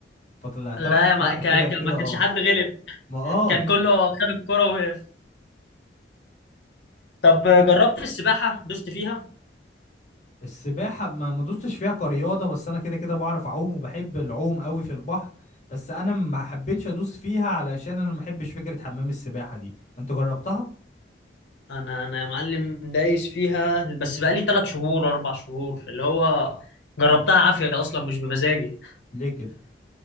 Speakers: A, on the left (about 45°); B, on the left (about 80°).
A: فطلع طلع
B: لا يا ما
A: لا
B: كان
A: كده
B: كان-
A: كده
B: ما كانش
A: اه
B: حد غلب
A: ما اه
B: كان كله خد الكرة ووقف طب آه، جربت السباحة دوست فيها
A: السباحه ما ما دوستش فيها كرياضه بس انا كده كده بعرف اعوم وبحب العوم قوي في البحر بس انا ما حبيتش ادوس فيها علشان انا ما بحبش فكره حمام السباحه دي انت جربتها
B: انا انا يا معلم دايس فيها بس بقالي ثلاث شهور اربع شهور اللي هو جربتها عافية اصلا مش بمزاجي
A: ليه كده